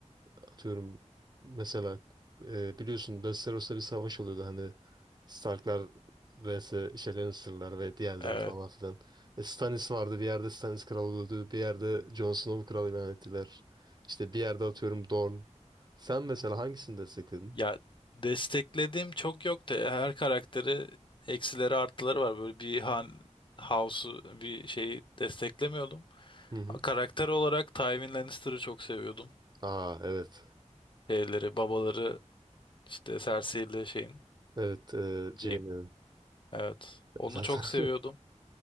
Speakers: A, on the right; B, on the left.
A: Atıyorum mesela e, biliyorsun Westeros'ta bir savaş oluyordu hani Starklar vs. işte Lannister'lar ve diğerleri
B: evet
A: falan filan. E, Stannis vardı bir yerde Stannis kral öldü bir yerde Jon Snow kral ilan ettiler. İşte bir yerde atıyorum Dorne. Sen mesela hangisini destekledin?
B: ya desteklediğim çok yok da her karakteri eksileri artıları var böyle bir han House'u bir şeyi desteklemiyordum.
A: Hı hı.
B: Karakter olarak Tywin Lannister'ı çok seviyordum.
A: Aa evet.
B: Şeyleri, babaları işte Cersei ile şeyin
A: Evet e,
B: Jaime.
A: Jaime'nin
B: Evet.
A: <laughs>
B: Onu
A: zaten.
B: çok seviyordum.